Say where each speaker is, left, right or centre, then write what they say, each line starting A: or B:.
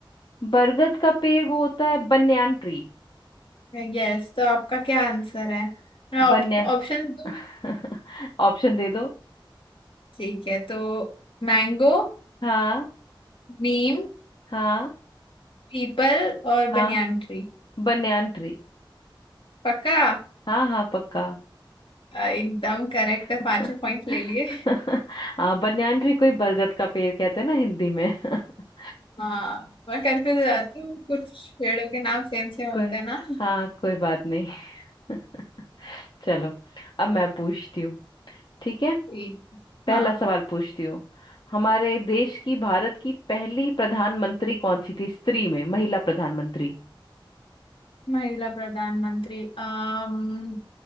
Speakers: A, on the left; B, on the left.
A: बरगद का पेड़ वो होता है बन्यान ट्री
B: यस तो आपका क्या आंसर है मैं
A: बन्या
B: ऑप्शन दूं
A: <laughs> ऑप्शन दे दो
B: ठीक है तो मैंगो
A: हाँ
B: नीम
A: हाँ
B: पीपल और
A: हाँ
B: बनियान ट्री
A: बन्यान ट्री
B: पक्का
A: हाँ हाँ पक्का
B: अ, एकदम करेक्ट है
A: <laughs>
B: पांचों पॉइंट ले लिए
A: हाँ बन्यान ट्री कोई बरगद का पेड़ कहते हैं ना हिंदी में <laughs>
B: हाँ मैं कंफ्यूज हो जाती हूँ कुछ पेड़ों के नाम सेम सेम
A: कोई
B: होते हैं ना
A: हाँ कोई बात नहीं <laughs> चलो अब मैं पूछती हूँ ठीक है
B: ठीक
A: पहला
B: हाँ
A: सवाल पूछती हूँ हमारे देश की भारत की पहली प्रधानमंत्री कौन सी थी स्त्री में महिला प्रधानमंत्री
B: महिला प्रधानमंत्री अम्म